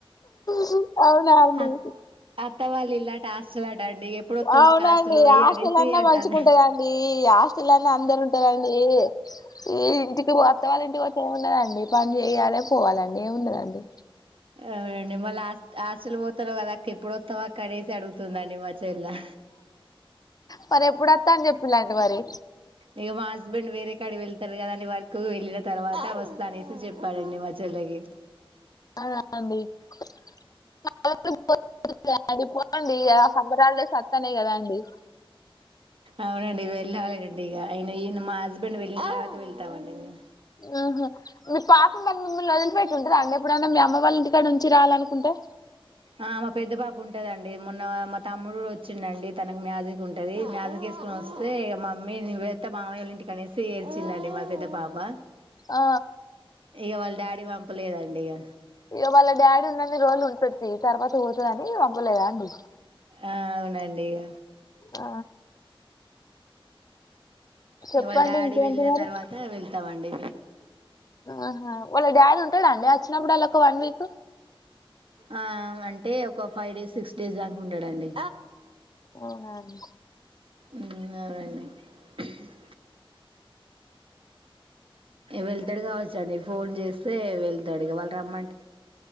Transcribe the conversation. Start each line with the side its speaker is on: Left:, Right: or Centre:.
Left: హ్ అవునా అండి
Right: అత్ అత్త వాళ్ళు ఇల్లాట హాస్టల్ అట అండి ఎప్పుడొస్తావు
Left: అవునా
Right: అక్క హాస్టల్
Left: అండి
Right: పోయి
Left: హాస్టల్
Right: అనేసి
Left: అన్న
Right: అంటాను
Left: మంచుగుంటదండి హాస్ట <unintelligible> అందరూ ఉంటారండి ఈ ఇంటికి మా అత్తా వాళ్ళ ఇంటికి పోతే ఏం ఉండదండి పని చేయాలే పోవాలండి ఏం ఉన్నదండీ
Right: అవునండి మళ్ళీ హాస్ట్ హాస్టల్ పోతానవ్ కదా అక్క ఎప్పుడు వత్తవ్ అక్క కర్రీస్ అడుగుతుందండి మా చెల్లె
Left: మరి ఎప్పుడు వత్తా అని చెప్పిలండి మరి
Right: ఇగా మా హస్ హస్బెండ్ వేరే కాడ వెళ్తారు కదా అండి వర్క్ వెళ్ళిన తర్వాత వస్తా అనేసి చెప్పాడండి మా చెల్లె కి
Left: అదా అండి <unintelligible> సమ్మర్ హాలిడేస్ వస్తానయ్ కదా అండి
Right: అవునండి వెళ్ళాలే అండి ఇక అయన ఈయన మా హస్బెండ్ వెళ్ళిన తర్వాత వెళ్తామండి మేము
Left: ఆహ మీ పాప మరి మిమ్మల్ని వదిలి పెట్టి ఉంటదా అండి ఎప్పుడన్నా మీ అమ్మ వాళ్ళ ఇంటి టీ కాడ ఉంచి రావాలనుకుంటే
Right: ఆ మా పెద్ద పాప ఉంటదండి మొన్న మా తమ్ముడు కూడా వచ్చిండండి తనకు మ్యాజిక్ ఉంటది మ్యాజిక్ తీసుకుని వస్తే ఇక మమ్మీ పెద్ద మామయళ ఇంటి కనేసి వచ్చిందండి మా పెద్ద పాప
Left: ఆ
Right: ఇక వాళ్ళ డాడీ పంపలేదండి ఇక
Left: ఇగ వాళ్ళ డాడీ ఉన్నన్నిరోజులు ఉంటది తర్వాత పోతుందని <unintelligible> అమ్్వలేదా అండి
Right: ఆ అవునండి ఇక
Left: ఆ చెప్పండి
Right: ఇవాళ డాడీ
Left: ఇంకేంటి
Right: వెళ్ళిన
Left: మరి
Right: తర్వాత వెళ్తామండి
Left: ఆహా వాళ్ళ డడీ ఉంటాడా అండి వచ్చినప్పుడు వాళ్ళ ఒక వన్ వీక్
Right: ఆ అంటే ఒక ఫైవ్ డేస్ సిక్స్ డేస్ దాక ఉండడండి
Left: అవునా అండి
Right: ఇ అడన్న <unintelligible> వెళ్తాడు కావచ్చ అండి ఫోన్ చేస్తే వెళ్తాడు ఇకా వాళ్ళు రమ్మ